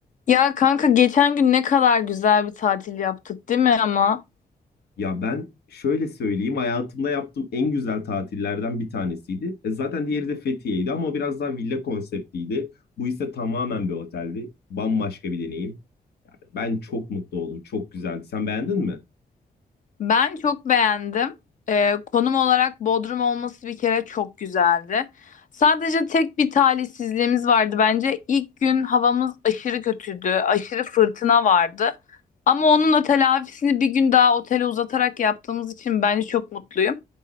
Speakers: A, on the left; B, on the left.
A: Ya kanka geçen gün ne kadar güzel bir tatil yaptık değil mi ama?
B: Ya ben şöyle söyleyeyim, hayatımda yaptığım en güzel tatillerden bir tanesiydi. E zaten diğeri de Fethiye'ydi ama o biraz daha villa konseptliydi. Bu ise tamamen bir oteldi. Bambaşka bir deneyim. Yani ben çok mutlu oldum, çok güzeldi. Sen beğendin mi?
A: Ben çok beğendim. Ee, konum olarak Bodrum olması bir kere çok güzeldi. Sadece tek bir talihsizliğimiz vardı bence. İlk gün havamız aşırı kötüydü. Aşırı fırtına vardı. Ama onun da telafisini bir gün daha otele uzatarak yaptığımız için bence çok mutluyum.